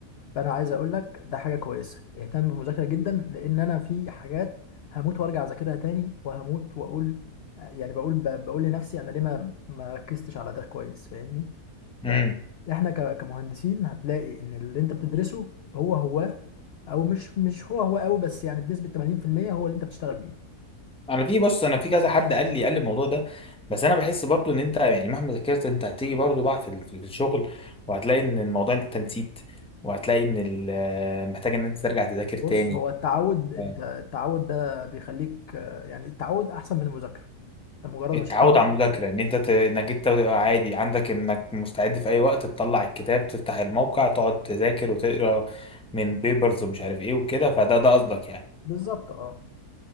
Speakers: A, on the left; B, in the centre.
A: فانا عايز اقول لك ده حاجه كويسه اهتم بالمذاكره جدا لان انا في حاجات هموت وارجع اذاكرها تاني وهموت واقول يعني بقول ب- بقول لنفسي انا ليه ما ما ركزتش على ده كويس فاهمني فاحنا
B: امم
A: ك- كمهندسين هتلاقي ان اللي انت بتدرسه هو هو او مش مش هو هو قوي بس يعني بنسبه 80% هو اللي انت بتشتغل بيه
B: أنا في بص أنا في كذا حد قال لي قال لي الموضوع ده بس أنا بحس برضو إن أنت يعني مهما ذاكرت أنت هتيجي برضو بقى في ال- في الشغل وهتلاقي إن الموضوع أنت نسيت وهتلاقي إن ال- محتاج إن أنت ترجع تذاكر تاني
A: بص هو التعود انت
B: آه.
A: التعود ده بيخليك آه، يعني التعود احسن من المذاكره انت مجرد
B: التعود
A: ما تشتغل
B: على المذاكرة ان انت ت... انك انت تبقى عادي عندك انك مستعد في اي وقت تطلع الكتاب تفتح الموقع تقعد تذاكر وتقرا من بيبرز ومش عارف ايه وكده فده ده قصدك يعني
A: بالظبط اه